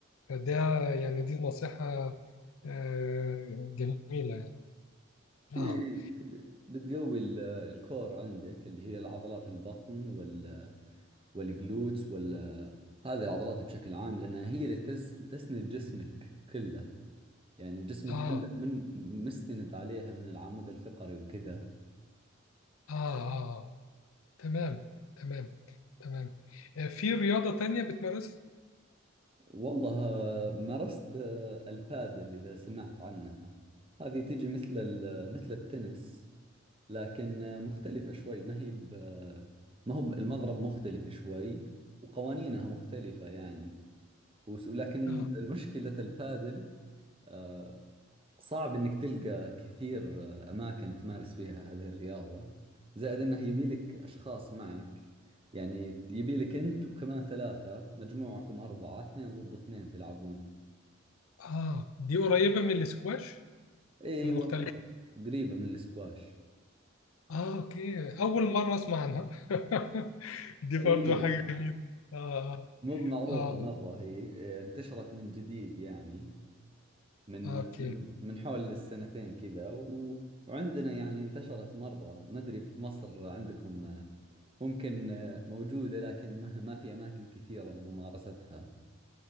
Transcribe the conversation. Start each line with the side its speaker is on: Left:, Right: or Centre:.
Left: فده يعني دي نصيحة آه، جميلة يعني آه
Right: إيه إيه، تب- بتقوي ال- الكور عندك اللي هي العضلات البطن وال والجلوتس وال هذه العضلات بشكل عام لأنها هي اللي تز- تسند جسمك كله يعني جسمك
Left: آه
Right: كله من مستند عليها من العمود الفقري وكذا
Left: آه آه تمام تمام تمام آه، في رياضة تانية بتمارسها؟
Right: والله آه، مارست آه، البادل إذا سمعت عنها هذه تجي مثل ال- مثل التنس لكن آه، مختلفة شوي ما هي ب- ما هو ب- المضرب مختلف شوي وقوانينها مختلفة يعني وس- ولكن
Left: اه
Right: المشكلة البادل آه، صعب إنك تلقى كثير آه، أماكن تمارس فيها هذه الرياضة زائد إنه يبي لك أشخاص معك يعني يبي لك أنت وكمان ثلاثة مجموعكم أربعة اثنين ضد اثنين تلعبون
Left: اه دي قريبة من الاسكواش
Right: أيوة
Left: ولا مختلفة؟
Right: قريبة من الاسكواش
Left: اه اوكي أول مرة أسمع عنها <laughs> دي
Right: أي
Left: برضو حاجة جميلة اه
Right: مو معروفة
Left: اه اه
Right: مرة هي آه، انتشرت من جديد يعني من
Left: آه،
Right: من
Left: اوكي
Right: من حول السنتين كذا و... وعندنا يعني انتشرت مرة ما أدري في مصر عندكم آه، ممكن آه، موجودة لكن ما ما في أماكن كثيرة لممارستها